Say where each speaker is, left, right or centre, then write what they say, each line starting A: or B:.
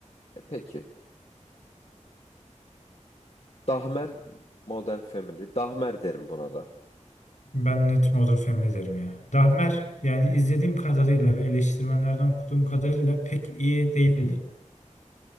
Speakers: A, on the left; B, on the left.
A: E, peki. Dahmer Modern Family. Dahmer derim buna da.
B: Ben net Modern Family derim ya. Dahmer yani izlediğim kadarıyla ve eleştirmenlerden okuduğum kadarıyla pek iyi değildi.